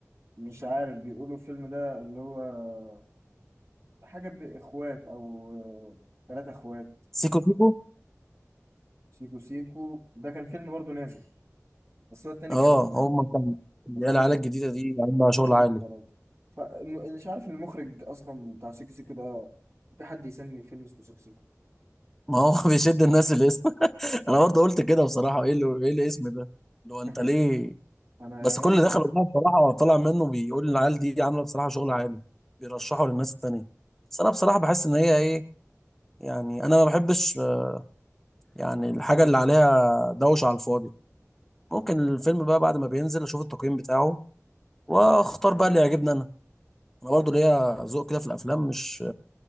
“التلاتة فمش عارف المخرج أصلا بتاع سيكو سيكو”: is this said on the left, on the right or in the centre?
Right